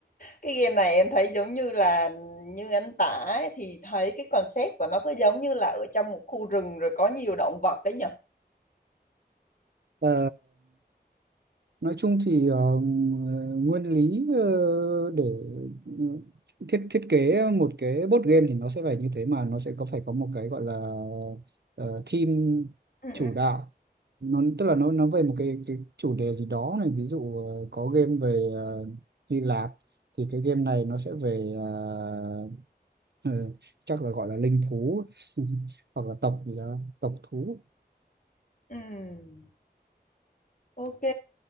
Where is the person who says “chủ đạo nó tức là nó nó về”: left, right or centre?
Right